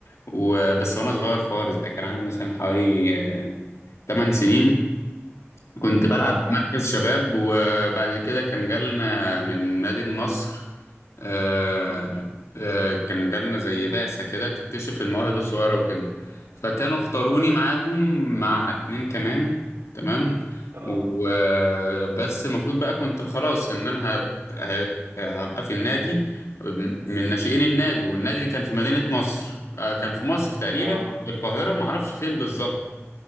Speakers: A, on the left; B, on the right.
A: وبس وانا صغير خالص بقى كان عندي مثلا حوالي آه، 8 سنين كنت بلعب
B: اه معاك
A: في مركز شباب وبعد كده كان جالنا من نادي النصر آه،
B: م- م.
A: آه، كان جالنا زي بعثة كده تكتشف المواهب الصغيرة وكده فكانوا اختاروني معاهم مع اتنين كمان تمام
B: اه
A: وبس المفروض بقى كنت خلاص ان انا هت- هت- هبقى في النادي من ناشئين النادي والنادي كان في مدينة نصر آه، كان في مصر تقريبا
B: اه
A: في القاهرة معرفش فين بالظبط